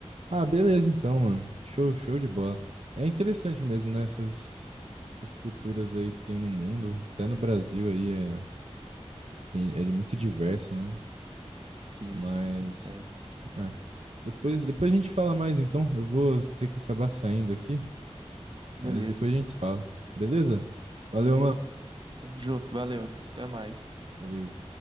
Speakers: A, on the right; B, on the right.
A: Ah, beleza então, mano. Show, show de bola. É interessante mesmo, né? Essas, essas culturas aí que tem no mundo. Até no Brasil aí é, tem- é de muito diverso, né?
B: Sim,
A: Mas.
B: sim. É,
A: é. Depois, depois a gente fala mais então. Eu vou ter que acabar saindo aqui,
B: beleza,
A: mas depois a gente se fala. Beleza? Valeu,
B: beleza.
A: mano.
B: Tamo junto, valeu. Até mais.
A: Valeu.